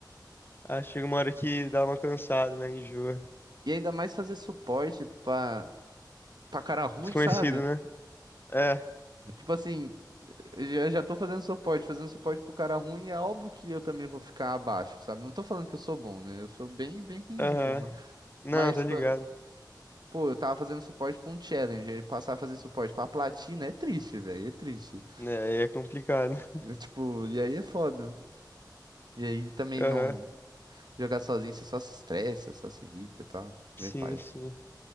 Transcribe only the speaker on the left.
Ah, chega uma hora que dá uma cansada, né? Enjoa.
Desconhecido,
né? É,
aham.
Não,
tá
ligado.
É, aí é complicado. <laughs>
Aham.
Sim,
sim.